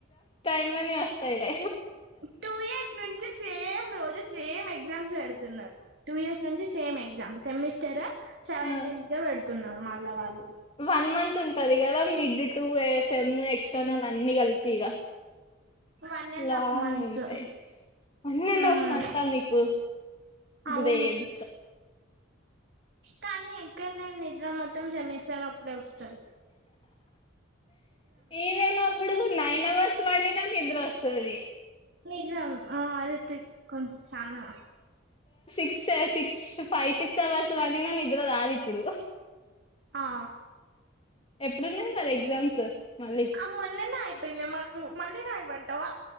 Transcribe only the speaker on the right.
టూ ఇయర్స్ నుంచి సేమ్ రోజు సేమ్ ఎగ్జామ్స్ పెడుతున్నారు టూ ఇయర్స్ నుంచి సేమ్ ఎగ్జామ్ సెమిస్టర్ సెవెంటీన్త్
కె పెడుతున్నారు మళ్ల్లా వాళ్ళు
వన్ అండ్
హాఫ్ మంత్
ఉమ్
అవును
కానీ ఎక్కువ వెళ్ళను నిద్ర మొత్తం సెమిస్టర్ అప్పుడే వస్తారు
నిజం ఆ అదే ఎతే కొంచ చనా
ఆ
ఆ మొన్ననే అయిపోయిందియి మాకు మళ్ళీ రాయిమంటవా